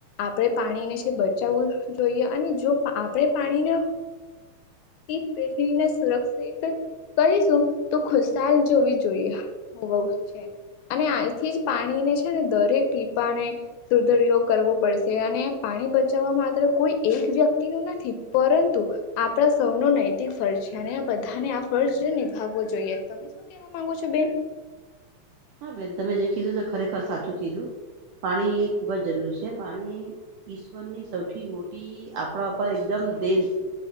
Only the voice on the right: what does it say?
હા બેન તમે જે કીધું તો ખરેખર સાચું કીધું પાણી ખૂબ જ જરૂરી છે પાણી ઈશ્વરની સૌથી મોટી આપણા પર એકદમ દેન છે